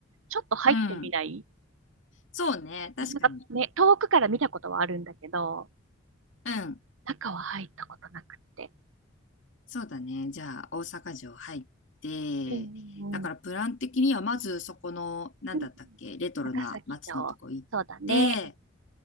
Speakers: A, on the right; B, on the left.
A: ちょっと入ってみない
B: うん。そうね。確かに。
A: なんかね、遠くから見たことはあるんだけど、
B: うん。
A: 中は入ったことなくって。
B: そうだね。じゃあ、大阪城入って、
A: うん、うん、
B: だからプラン的にはまずそこの、
A: うん。
B: なんだったっけ、
A: うんうん
B: レトロな街のとこ行って、
A: 中崎町。そうだね。